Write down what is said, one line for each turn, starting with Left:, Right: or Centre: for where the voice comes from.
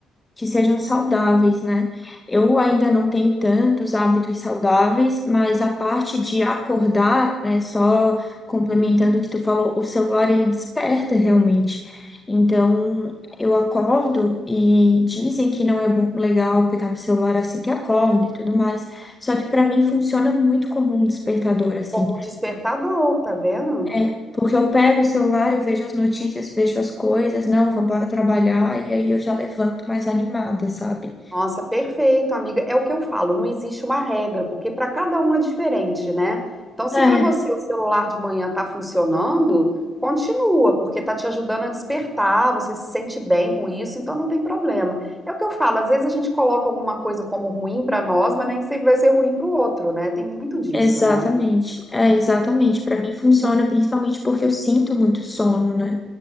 Left: que sejam saudáveis, né? Eu ainda não tenho tantos hábitos saudáveis, mas a parte de acordar, né, só complementando o que tu falou, o celular ele desperta realmente. Então, eu acordo e dizem que não é bom, legal pegar no celular assim que acorda e tudo mais. Só que para mim funciona muito como um despertador assim.
Centre: Como um despertador, tá vendo?
Left: É, Porque eu pego o celular, eu vejo as notícias, vejo as coisas, não, vou embora trabalhar, e aí eu já levanto mais animada, sabe?
Centre: Nossa, perfeito, amiga. É o que eu falo, não existe uma regra, porque para cada um é diferente, né? Então, se
Left: É,
Centre: para você o celular de manhã tá funcionando, continua, porque tá te ajudando a despertar, você se sente bem com isso, então não tem problema. É o que eu falo, às vezes a gente coloca alguma coisa como ruim para nós, mas nem sempre vai ser ruim para o outro, né? Tem muito disso,
Left: exatamente.
Centre: né?
Left: É, exatamente. Pra mim funciona principalmente porque eu sinto muito sono, né?